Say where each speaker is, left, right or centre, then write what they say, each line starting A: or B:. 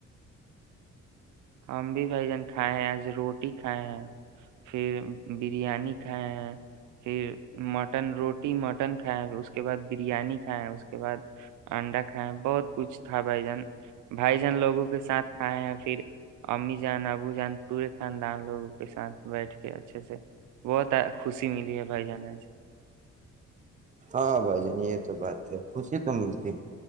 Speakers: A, on the right; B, on the right.
A: ہم بھی بھائی جان کھائے ہیں آج روٹی کھائے ہیں پھر بریانی کھائے ہیں پھر مٹن روٹ روٹی مٹن کھیں اس کے بعد بریانی کھائےیں اس کے بعد انڈا کھائےیں بہت کچھ تھا بھائی جان بھائی جان لوگوں کے ساتھ کھائے ہیں پھر امی جان ابو جان پورے خاندان لوگوں کے ساتھ بیٹھ کے اچھے سے بہت خوشی ملی ہے بھائی جان
B: ہاں بھائی جان یہ تو بات ہے خوشی تو ملتی ہے